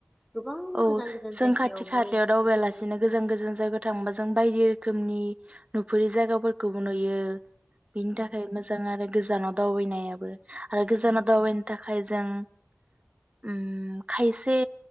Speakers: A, in the centre; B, on the right.
A: गोबां
B: औ
A: गोजान गोजान
B: जों
A: जायगायावबो
B: खाथि खालायाव दावबायलासिनो
A: जुदि
B: गोजान गोजान जायगायाव थांबा जों बायदि रोखोमनि
A: औ
B: नुफिरि जायगाफोरखौबो नुयो। बिनि
A: औ
B: थाखाय मोजां आरो गोज जानाव दावबायैनायाबो। आरो गोजानाव
A: औ
B: दावबायनो थाखाय जों <inaudible> उम खायसे